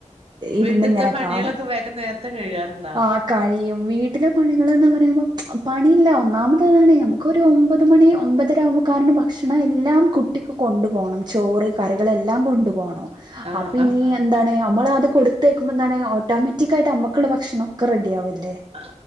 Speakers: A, on the right; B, on the right.
A: ഇരുന്നിങ്ങനെ
B: വീട്ടിലത്തെ പണികളൊക്കെ
A: കാണും
B: വേഗം നേരത്തെ കഴിയാറുണ്ടോ
A: ആ കഴിയും വീട്ടിലെ പണികൾന്ന് പറയുമ്പോ പണിയില്ല ഒന്നാമത് അതാണ് നമുക്കൊരു ഒമ്പത് മണി ഒമ്പതരാ ആവുമ്പോ കാരണം ഭക്ഷണം എല്ലാം കുട്ടിക്ക് കൊണ്ടുപോണം ചോറ് കറികളെല്ലാം കൊണ്ടു പോണം
B: ആ
A: അപ്പോ ഇനി
B: ആ
A: എന്താണ് നമ്മളാ അത് കൊടുത്തേക്കുമ്പോ എന്താണ് ഒ ഓട്ടോമാറ്റിക്കായിട്ട് നമ്മക്കുള്ള ഭക്ഷണം ഒക്കെ റെഡിയാവല്ലേ
B: ആ